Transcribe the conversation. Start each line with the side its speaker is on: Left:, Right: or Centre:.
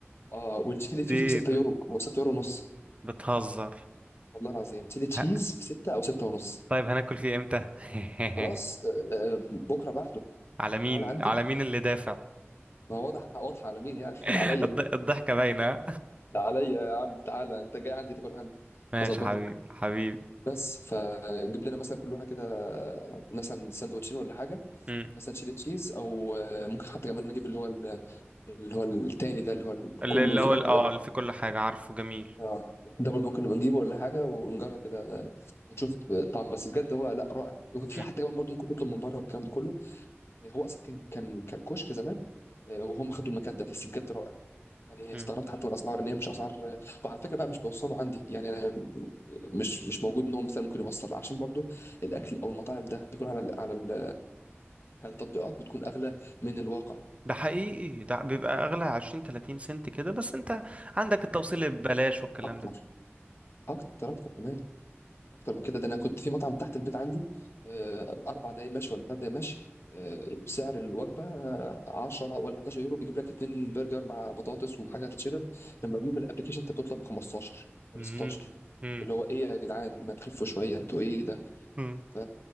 Left: اه والتشيلي تشيز
Right: جديد
Left: ب 6 يورو او 6 يورو ونص
Right: بتهزر
Left: والله العظيم تشيلي تشيز
Right: ه-
Left: ب 6 او 6 ونص
Right: طيب هناكل فيه امتى <laughs>
Left: خلاص آه، آه، بكره بعده
Right: على مين
Left: تعالى عندي
Right: على مين اللي دافع
Left: ما هو واضح واضحه على مين يعني
Right: <laughs>
Left: <laughs> عليا
Right: الض- الضحكة باينة
Left: ده عليا يا عم تعالى انت جاي عندي تاكل عندي
Right: ماشي
Left: هظبطك
Right: حبيبي حبيبي
Left: بس فجيب لنا مثلا كل واحد كده آه، مثلا سندوتشين ولا حاجه
Right: مم.
Left: مثلا شيدر تشيز او آه، ممكن حتى كمان نجيب اللي هو ال- اللي هو التاني ده اللي هو ال-
Right: اللي
Left: كله
Right: اللي
Left: فيه
Right: هو
Left: لحمه
Right: ال- اه
Left: ده
Right: اللي في كل حاجة عارفه جميل
Left: اه ده برضه ممكن نبقى نجيبه ولا حاجه ونجرب كده آه، ونشوف آه، طعم بس بجد هو لا رائع وفي
Right: مم.
Left: حتى كمان برضه ممكن نطلب من بره والكلام ده كله آه، هو اصلا كان كان كان كشك زمان آه، وهم خدوا المكان ده بس بجد رائع يعني
Right: مم.
Left: استغربت حتى من الاسعار ان هي مش اسعار آه، وعلى فكره بقى مش بيوصلوا عندي يعني انا آه، مش مش موجود ان هو مثلا ممكن يوصل عشان برضه الاكل او المطاعم ده بيكون على ال- على ال- على التطبيقات بتكون اغلى من الواقع
Right: ده حقيقي ده بيبقى اغلى 20 30 سنت كده بس انت عندك التوصيل ببلاش والكلام
Left: اكتر
Right: ده
Left: اكتر اكتر كمان اكتر من كده ده انا كنت في مطعم تحت البيت عندي آه، اربع دقايق مشي ولا ثلاث دقايق مشي آه، سعر الوجبه آه، 10 ولا ولا 11 يورو بيجيب لك اتنين برجر مع بطاطس وحاجه تتشرب لما بيجيب الابلكيشن انت بتطلب 15 ولا
Right: مم.
Left: 16
Right: مم.
Left: اللي هو ايه يا جدعان ما تخفوا شويه انتوا ايه ده
Right: مم.
Left: ف-